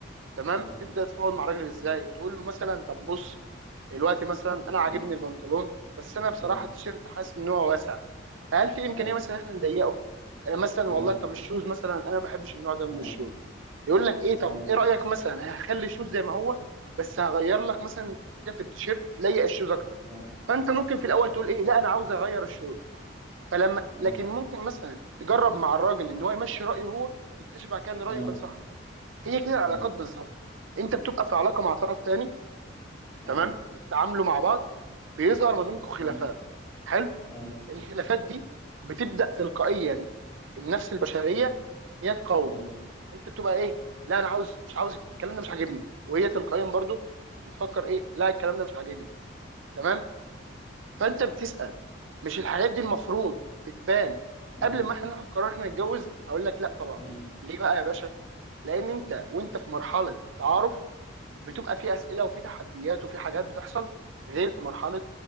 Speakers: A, on the right; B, on the left.
A: تمام
B: مم.
A: تبدا تفاوض مع الراجل ازاي
B: مم.
A: تقول له مثلا طب بص دلوقتي مثلا انا عاجبني
B: مم.
A: البنطلون بس انا بصراحه
B: مم.
A: التيشيرت حاسس ان هو واسع فهل في امكانيه
B: مم.
A: مثلا احنا نضيقه آه، مثلا
B: مم.
A: والله طب الشوز مثلا انا ما بحبش النوع ده من
B: مم.
A: الشوز
B: مم.
A: يقول لك ايه
B: مم.
A: طب
B: مم.
A: ايه رايك مثلا هخلي الشوز زي ما هو بس هغير لك مثلا حاجه في التيشيرت تليق الشوز اكتر
B: مم.
A: فانت ممكن في الاول تقول ايه لا انا عاوز اغير الشوز فلما
B: مم.
A: لكن
B: مم.
A: ممكن مثلا تجرب مع الراجل ان هو يمشي رايه هو تكتشف بعد كده ان رايه
B: مم. مم.
A: كان صح هي كده العلاقات
B: مم.
A: بالظبط انت بتبقى في علاقه مع طرف تاني
B: مم.
A: تمام بتتعاملوا مع بعض بيظهر ما بينكم خلافات
B: مم. مم.
A: حلو
B: مم. مم. مم.
A: الخلافات دي بتبدا تلقائيا النفس البشريه
B: مم.
A: ان هي تقاوم
B: مم. مم.
A: انت بتبقى ايه لا انا عاوز مش عاوز الكلام ده مش عاجبني وهي تلقائيا برضو بتفكر ايه لا الكلام ده مش عاجبني تمام فانت بتسال مش الحاجات دي المفروض بتبان
B: مم.
A: قبل
B: مم. مم. مم.
A: ما احنا ناخد قرار احنا نتجوز هقول لك لا طبعا
B: مم.
A: ليه بقى يا باشا لان انت وانت في مرحله التعارف بتبقى في اسئله وفي تحديات وفي حاجات بتحصل غير في مرحله